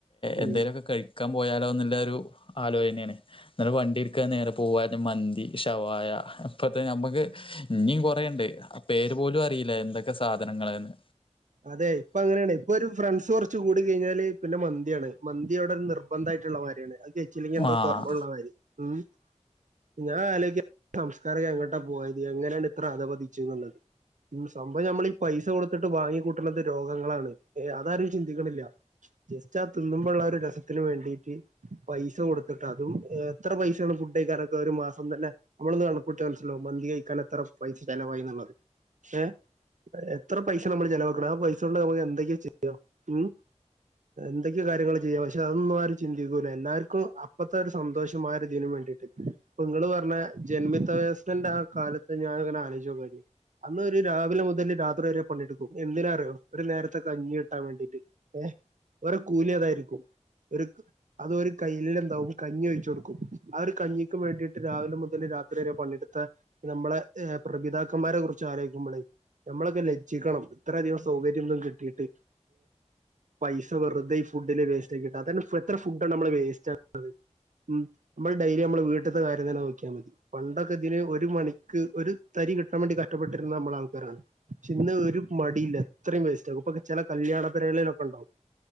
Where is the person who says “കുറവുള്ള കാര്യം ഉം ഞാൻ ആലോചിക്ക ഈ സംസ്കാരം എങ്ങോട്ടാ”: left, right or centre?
Right